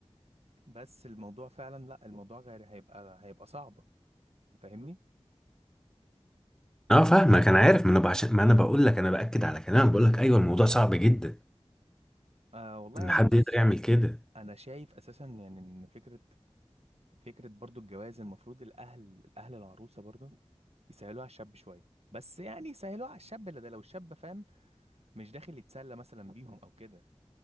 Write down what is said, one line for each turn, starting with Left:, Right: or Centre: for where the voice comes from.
Right: بس الموضوع فعلا لا الموضوع غير هيبقى هيبقى صعب فاهمني
Centre: اه فاهمك انا عارف ما انا ب- عشان ما انا بقول لك انا باكد على كلامك بقول لك ايوه الموضوع صعب جدا
Right: آه والله
Centre: ان
Right: يعني
Centre: حد
Right: بص
Centre: يقدر يعمل كده
Right: انا شايف اساسا يعني ان فكره فكره برضو الجواز المفروض الاهل الاهل العروسه برضو يسهلوها على الشاب شويه بس يعني يسهلوها على الشاب اللي ده لو الشاب فاهم مش داخل يتسلى مثلا بيهم او كده